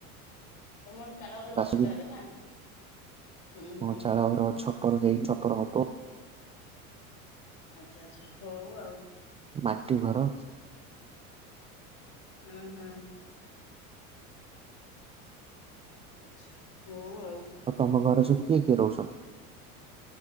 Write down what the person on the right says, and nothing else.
ବାସ
ହଁ
ଚାଳ ଘର ଛପର ଦେଇ ଛପର ହବ।
ମାଟି ଘର
ଆଉ ତମ ଘରେ ସବୁ କିଏ କିଏ ରହୁଛନ୍ତି?